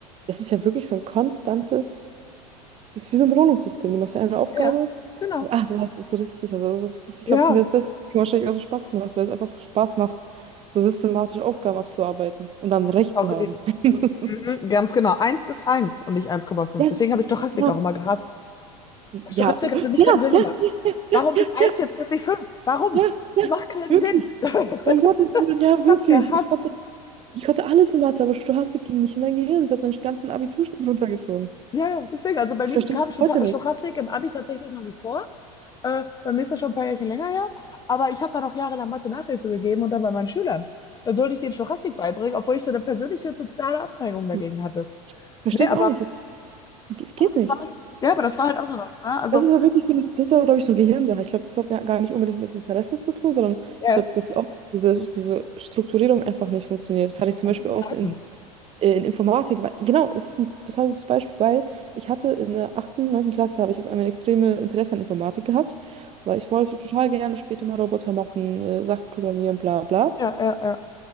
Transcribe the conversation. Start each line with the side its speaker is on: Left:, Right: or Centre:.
Right: das ist ja wirklich so ein konstantes. Das ist wie so ein Belohnungssystem. Du machst ja eine Aufgabe
Left: ja, genau.
Right: und ach, du hast es richtig. Also das ist, das, ich
Left: Ja,
Right: glaube, mir ist das wahrscheinlich auch so Spaß gemacht, weil es einfach Spaß macht, so systematisch Aufgaben abzuarbeiten und dann Recht
Left: hab ich auch
Right: zu
Left: geliebt.
Right: haben. <laughs>
Left: Mhm, ganz genau. Eins ist eins und nicht eins Komma fünf
Right: Ja,
Left: Deswegen habe ich Stochastik
Right: genau.
Left: auch immer gehasst.
Right: Ja,
Left: Stochastik
Right: ja,
Left: hat für mich keinen Sinn
Right: ja,
Left: gemacht.
Right: ja,
Left: Warum
Right: ja,
Left: ist eins
Right: ja,
Left: jetzt plötzlich fünf? Warum?
Right: ja,
Left: Das
Right: ja,
Left: macht keinen
Right: wirklich.
Left: Sinn. <laughs>
Right: Um Gottes Willen, ja, wirklich.
Left: Ich hab's gehasst.
Right: Ich konnte, ich konnte alles in Mathe, aber Stochastik ging nicht in mein Gehirn. Das hat meinen ganzen Abiturschnitt runtergezogen.
Left: Ja, ja, deswegen. Also bei
Right: Ich
Left: mir
Right: verstehe
Left: kam
Right: es bis
Left: Sto-
Right: heute nicht.
Left: Stochastik im Abi tatsächlich noch nicht vor. Äh, bei mir ist das schon ein paar Jährchen länger her. Aber ich habe dann auch jahrelang Mathe-Nachhilfe gegeben und dann bei meinen Schülern. Dann sollte ich denen Stochastik beibringen, obwohl ich so eine persönliche totale Abneigung dagegen
Right: Ich
Left: hatte.
Right: verstehe
Left: Nee,
Right: es
Left: aber,
Right: auch nicht. Es, es
Left: aber
Right: geht
Left: das
Right: nicht.
Left: war, halt, ja, aber das war halt auch sowas. Ne? Also,
Right: Das ist aber wirklich so, ein- das war, glaube ich, so eine Gehirnsache. Ich glaube, das hat ja gar nicht unbedingt mit Interessen zu tun, sondern
Left: ja,
Right: ich glaube, dass auch diese, diese Strukturierung einfach nicht funktioniert. Das hatte ich zum
Left: man
Right: Beispiel
Left: muss sich
Right: auch
Left: greifen.
Right: in, äh, in Informatik. Weil, genau, es ist ein total gutes Beispiel, weil ich hatte in der achten, neunten Klasse habe ich auf einmal extreme Interesse an Informatik gehabt, weil ich wollte total gerne später mal Roboter machen, äh, Sachen programmieren, bla bla
Left: Ja, ja, ja.